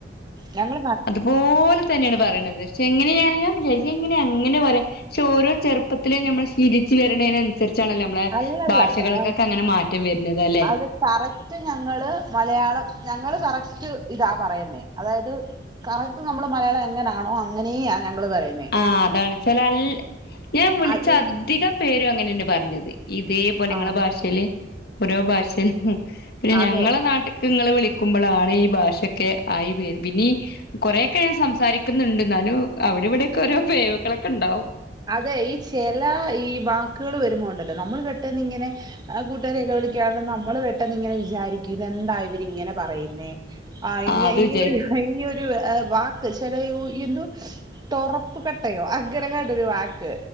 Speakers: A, on the right; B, on the left.
A: ഞങ്ങ
B: അത്പോല് തന്നെണ് പറയ്ണത് ക്ഷെ എങ്ങനെയറിയാം വിജാരിക എങ്ങനെ അങ്ങനെ പറയാം ക്ഷെ ഓരോ ചെറുപ്പത്തിലേ നമ്മൾ ശീലിച്ച് വരുന്നേതിനനുസരിച്ചാണലേ നമ്മളെ
A: അല്ലല്ല
B: ഭാഷകൾക്കൊക്കെ
A: സ-
B: അങ്ങനെ മാറ്റം വരുന്നത് അല്ലേ
A: അത് കറക്റ്റ് ഞങ്ങള് മലയാളം ഞങ്ങള് കറക്റ്റ് ഇതാ പറയുന്നേ അതായത് കറക്ക് നമ്മൾ മലയാളം എങ്ങനാണോ അങ്ങനെയാ ഞങ്ങൾ പറയുന്നത്
B: ആ അതാണച്ചാൽ അ ഞാൻ വിളിച്ച
A: അ ഇ
B: അധികം പേരും അങ്ങനെ ന്നെ പറഞ്ഞത് ഇതേ പോലെ നിങ്ങളെ
A: ആഹ്
B: ഭാഷൽ ഓരോ ഭാഷയിലും പിന്നെ
A: അതെ
B: ഞങ്ങളെ നാട്ടിൽ ക്ക് ഇങ്ങൾ വിളിക്കുമ്പോളാണ് ഈ ഭാഷക്കെ ആയി പേര് പിന്നി കുറെക്കെ ഞാൻ സംസാരിക്കുന്നുണ്ട് ഇന്നാലും അവിടെ ഇവിടെയൊക്കെ ഓരോ പെയവുകളൊക്കെ ഉണ്ടാവും
A: അതെ ഈ ചെല ഈ വാക്കുകൾ വരുമ്പോഉണ്ടല്ലോ നമ്മൾ പെട്ടെന്ന് ഇങ്ങനെ ആ കൂട്ടേര് എന്നെ വിളിക്കാനുള്ളു നമ്മള് പെട്ടന്നിങ്ങനെ വിചാരിക്കും ഇതെന്താ ഇവര് ഇങ്ങനെ പറയുന്നേ. ആ ഇങ്ങ്യ
B: ആഹ് അത്
A: <unintelligible>
B: വിചാരിക്കും
A: ഹയ്യോര് വാ വാക്ക് <unintelligible> എന്തോ തൊറപ്പ് കട്ടയോ അങ്ങന ങ്ങാ ഒര് വാക്ക്